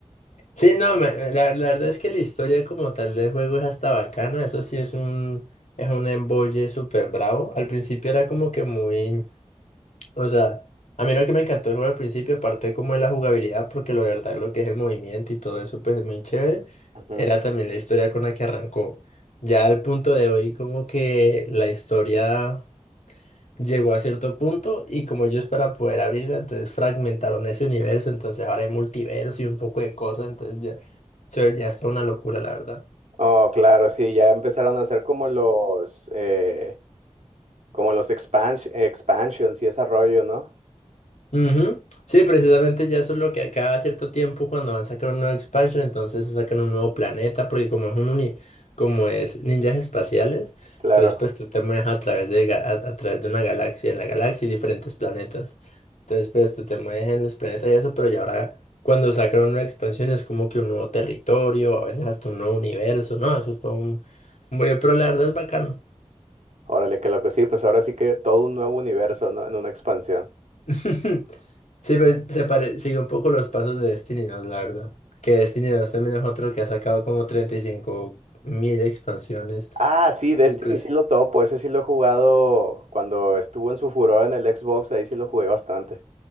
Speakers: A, on the left; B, on the right.
A: Sí, no, me- me- la, la verdad es que la historia como tal del juego es hasta bacana, eso sí es un, es un embolle súper bravo. Al principio era como que muy... O sea, a mí lo que me encantó el juego al principio, aparte como de la jugabilidad, porque la verdad lo que es el movimiento y todo eso, pues es muy chévere,
B: Ujú.
A: era también la historia con la que arrancó. Ya al punto de hoy, como que la historia llegó a cierto punto y como ellos para poder abrirla, entonces fragmentaron ese universo, entonces ahora hay multiverso y un poco de cosas, entonces ya se veía hasta una locura, la verdad.
B: Oh, claro, sí, ya empezaron a hacer como los, eh, como los expans- expansions y ese rollo, ¿no?
A: Ujú. Sí, precisamente ya eso es lo que a cada cierto tiempo cuando van a sacar una nuevo expansion, entonces sacan un nuevo planeta, porque como es un uni- como es ninjas espaciales,
B: Claro.
A: entonces pues tú te mueves a través de ga- a, a través de una galaxia, en la galaxia y diferentes planetas. Entonces pues tú te mueves en los planetas y eso, pero ya ahora cuando sacan una nueva expansión es como que un nuevo territorio, a veces hasta un nuevo universo, ¿no? Eso es todo un, un bollo, pero la verdad es bacano.
B: Órale, qué loco. Sí, pues ahora sí que todo un nuevo universo, ¿no? En una expansión.
A: <laughs> Sí, pues, se pare... sigue un poco los pasos de Destiny dos la verdad. Que Destiny dos también es otro que ha sacado como treinta y cinco mil expansiones
B: Ah, sí, Destiny
A: y cosas.
B: sí lo topo. Ese sí lo he jugado cuando estuvo en su furor en el Xbox. Ahí sí lo jugué bastante.